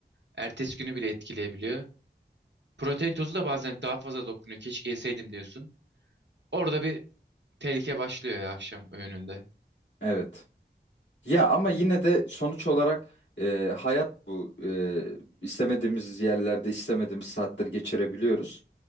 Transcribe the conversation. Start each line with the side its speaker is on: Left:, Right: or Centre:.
Right: Ertesi günü bile etkileyebiliyor. Protein tozu da bazen daha fazla dokunuyor. Keşke yeseydim diyorsun. Orada bir Tehlike başlıyor ya akşam öğününde.
Left: evet. Ya ama yine de sonuç olarak eee, hayat bu. Eee, istemediğimiz yerlerde istemediğimiz saatleri geçirebiliyoruz.